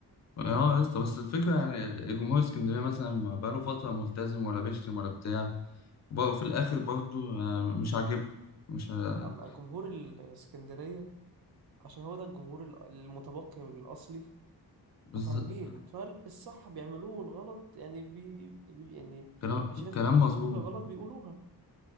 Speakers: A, on the left (about 45°); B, on the right (about 65°).
A: اه يا اسطى بس الفكره يعني جمهور اسكندريه مثلا ما بقاله فتره ملتزم ولا بيشتم ولا بتاع وبرضه في الاخر برضه آه، مش عاجبه مش آه،
B: أما الجمهور الإسكندرية عشان هو ده الجمهور ال- المتبقي من الأصلي
A: بالظبط
B: ففاهمين فالصح بيعملوه والغلط يعني بي... بي يعني
A: كلام
B: لو شايفين
A: كلام
B: حاجة لو شايفين
A: مظبوط
B: حاجة غلط بيقولوها